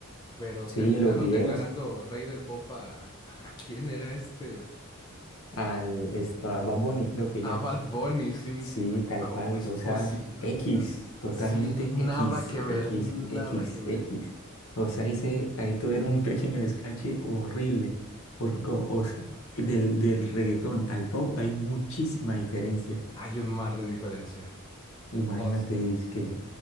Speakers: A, on the left; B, on the left.
A: Pero
B: sí,
A: terminaron
B: los videos,
A: declarando rey del pop a, <laughs> ¿a quién era este?
B: al, esto, a Bad Bunny creo que
A: A
B: llama.
A: Bad Bunny, sí.
B: Sí, tal
A: ¿Cómo
B: cual,
A: es
B: o
A: posible?
B: sea, X,
A: no?
B: totalmente
A: Sí, nada
B: X,
A: que ver,
B: X,
A: nada
B: X,
A: que ver.
B: X. O sea, ahí, se- ahí tuvieron un <laughs> pequeño descache horrible, porque co- o s- del, del reggaetón al pop hay muchísima diferencia.
A: Hay un mar de diferencia.
B: Imagínate,
A: No, es-
B: es que